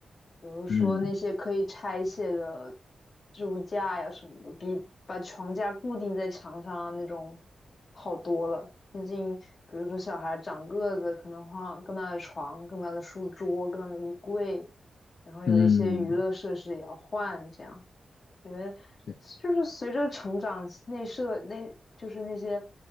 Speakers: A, on the left; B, on the left.
A: 比如说那些可以拆卸的
B: 嗯
A: 置物架呀什么的，比把床架固定在墙上啊那种好多了。毕竟，比如说小孩长个子，可能换更大的床、更大的书桌、更大的衣柜，然后有一些娱乐设施也要换，
B: 嗯，
A: 这样因为
B: 这
A: 就是随着成长，内设内就是那些